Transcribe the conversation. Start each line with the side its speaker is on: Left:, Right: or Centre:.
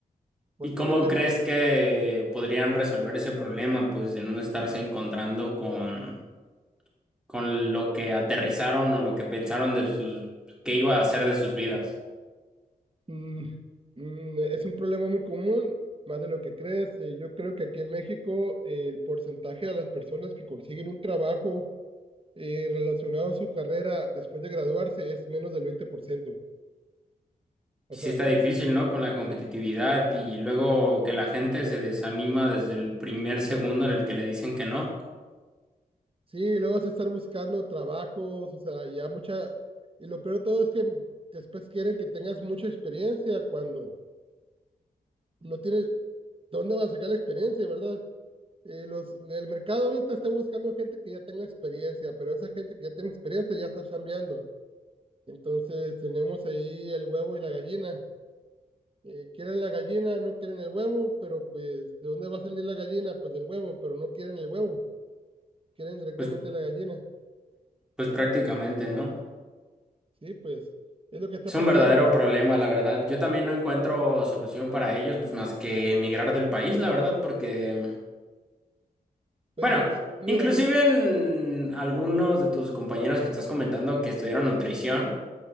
Centre: <laughs>
Right: porque
Centre: ¿Y cómo
Right: yo tengo,
Centre: crees que podrían resolver ese problema, pues, de no estarse encontrando con, con lo que aterrizaron o lo que pensaron de sus, qué iba a hacer de sus vidas?
Right: mm, mm, es un problema muy común, más de lo que crees. eh, yo creo que aquí en México eh, el porcentaje de las personas que consiguen un trabajo eh, relacionado a su carrera después de graduarse es menos del veinte por ciento O
Centre: Y
Right: sea,
Centre: sí está difícil, ¿no? Con la competitividad
Right: Sí.
Centre: y luego que la gente se desanima desde el primer segundo en el que le dicen que no.
Right: Sí, luego es estar buscando trabajos, o sea, ya mucha, y lo peor de todo es que después quieren que tengas mucha experiencia cuando no tienes, ¿dónde vas a sacar la experiencia, verdad? Eh, los, el mercado ahorita está buscando gente que ya tenga experiencia, pero esa gente que ya tiene experiencia ya está chambeando. Entonces tenemos ahí el huevo y la gallina. Eh, quieren la gallina, no quieren el huevo, pero pues, ¿de dónde va a salir la gallina? Pues del huevo, pero no quieren el huevo, quieren directamente
Centre: Pues
Right: la gallina.
Centre: Pues prácticamente, ¿no?
Right: Sí, pues, es lo que está
Centre: Es un
Right: pasando.
Centre: verdadero problema, la verdad. Yo también no encuentro solución para ellos, pues más que emigrar del país, la verdad, porque,
Right: Pues
Centre: bueno,
Right: ni, mira,
Centre: inclusive
Right: ni, ni-
Centre: en algunos de tus compañeros que estás comentando que estudiaron nutrición,